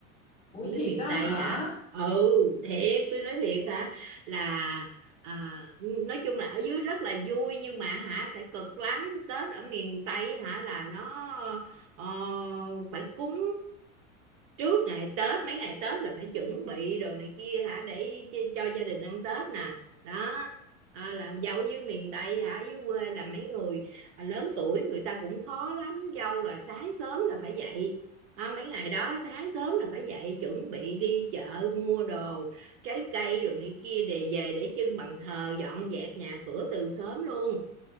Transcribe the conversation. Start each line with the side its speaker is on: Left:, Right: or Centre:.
Left: ui
Right: ở dưới
Left: thiệt
Right: miền
Left: á
Right: Tây
Left: hả
Right: hả ừ thiệt tôi nói thiệt hả là à, nói chung là ở dưới rất là vui nhưng mà hả sẽ cực lắm Tết ở miền Tây hả là nó ờ, phải cúng trước ngày Tết mấy ngày Tết là phải chuẩn bị đồ này kia hả để cho, gia đình ăn Tết nè đó à, làm dâu với miền Tây hả dưới quê là mấy người à, lớn tuổi người ta cũng khó lắm dâu là sáng sớm là phải dậy à, mấy ngày đó sáng sớm là phải dậy chuẩn bị đi chợ mua đồ trái cây rồi này kia để về để trưng bàn thờ dọn dẹp nhà cửa từ sớm luôn